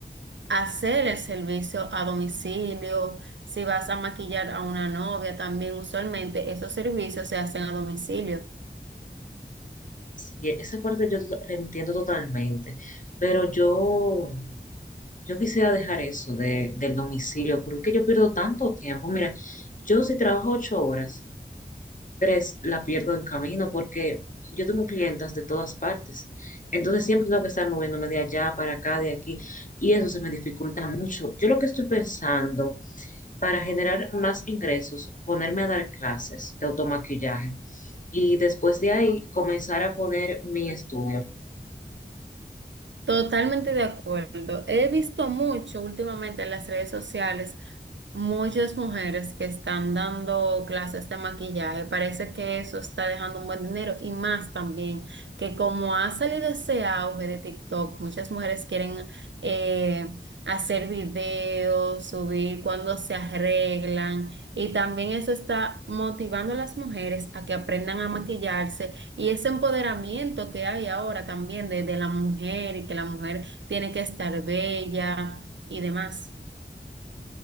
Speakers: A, on the right; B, on the left.
A: hacer el servicio a domicilio, si vas a maquillar a una novia, también usualmente esos servicios se hacen a domicilio.
B: Sí, esa parte yo to- la entiendo totalmente. Pero yo, yo quisiera dejar eso de, del domicilio porque es que yo pierdo tanto tiempo. Mira, yo si trabajo ocho horas. tres la pierdo en camino porque yo tengo clientas de todas partes. Entonces siempre tengo que estar moviéndome de allá para acá, de aquí, y eso se me dificulta mucho. Yo lo que estoy pensando para generar más ingresos, ponerme a dar clases de automaquillaje y después de ahí comenzar a poner mi estudio.
A: Totalmente de acuerdo. He visto mucho últimamente en las redes sociales Muchas mujeres que están dando clases de maquillaje, parece que eso está dejando un buen dinero y más también que como ha salido ese auge de TikTok, muchas mujeres quieren eh, hacer videos, subir cuando se arreglan y también eso está motivando a las mujeres a que aprendan a maquillarse y ese empoderamiento que hay ahora también de, de la mujer y que la mujer tiene que estar bella y demás.